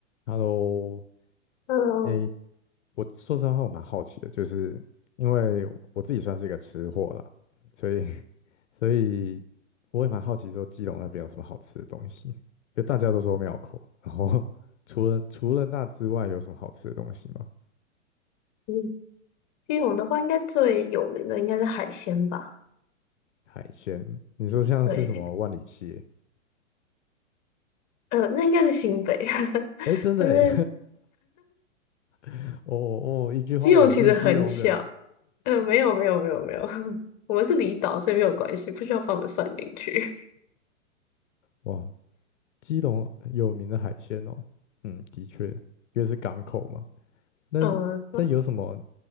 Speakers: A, on the left; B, on the left.
A: Hello，
B: 嗯
A: 诶，我说实话，我蛮好奇的，就是因为我自己算是一个吃货啦，所以 <laughs> 所以我也蛮好奇说基隆那边有什么好吃的东西，因为大家都说庙口，然后 <laughs> 除了除了那之外，有什么好吃的东西吗？
B: 嗯，基隆的话，应该最有名的应该是海鲜吧？
A: 海鲜，你说像是什么万里蟹？
B: 对，呃，那应该是新北，<laughs>
A: 诶，真的诶，
B: 但是
A: <laughs> 哦哦，一句话惹怒基隆人，
B: 基隆其实很小。呃，没有没有没有没有，<laughs> 我们是离岛，所以没有关系，不需要放我们算进去。
A: 哇，基隆有名的海鲜哦，嗯，的确，因为是港口嘛。那那有什么
B: 嗯、那